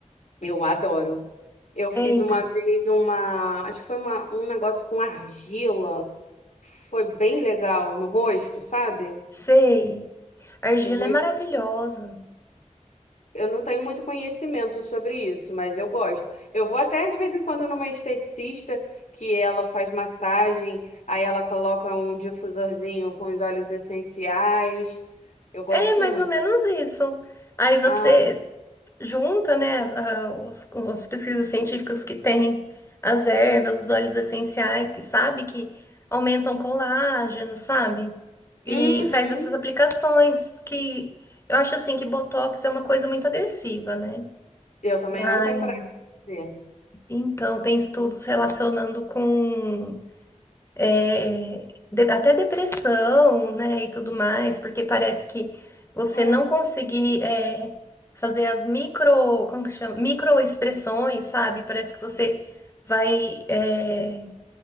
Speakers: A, on the left; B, on the left.
A: eu adoro. Eu fiz
B: É, então.
A: uma vez uma, acho que foi uma, um negócio com argila. Foi bem legal no rosto, sabe?
B: Sei. A Argila
A: Eu go-
B: é maravilhosa.
A: Eu não tenho muito conhecimento sobre isso, mas eu gosto. Eu vou até de vez em quando numa esteticista que ela faz massagem, aí ela coloca um difusorzinho com os óleos essenciais. Eu gosto
B: É mais
A: muito.
B: ou menos isso. Aí você
A: Ah,
B: junta, né, a- os- as pesquisas científicas que tem, as ervas, os óleos essenciais, que sabe que aumentam colágeno, sabe? E
A: uhum.
B: faz essas aplicações que eu acho assim que Botox é uma coisa muito agressiva, né?
A: Eu também
B: Mas
A: não tenho coragem de fazer.
B: então tem estudos relacionando com é, é, de- até depressão, né, e tudo mais, porque parece que você
A: Caramba.
B: não conseguir é, fazer as micro, como que chama? Microexpressões, sabe? Parece que você vai é,